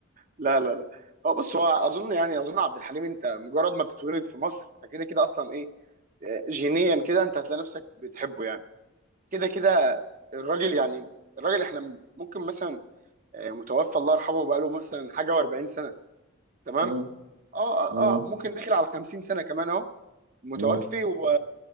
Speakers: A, on the right; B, on the right.
A: لا لا لا هو بص هو اظن يعني اظن عبد الحليم انت مجرد ما بتتولد في مصر فكده كده اصلا ايه آه، جينيا كده انت هتلاقي نفسك بتحبه يعني كده كده الراجل يعني الراجل احنا ممكن مثلا آه، متوفى الله يرحمه بقاله مثلا حاجه و40 سنه تمام
B: <laughs> مم.
A: اه
B: مم.
A: اه آه، ممكن داخل على 50 سنه كمان اهو متوفي
B: مم.
A: و...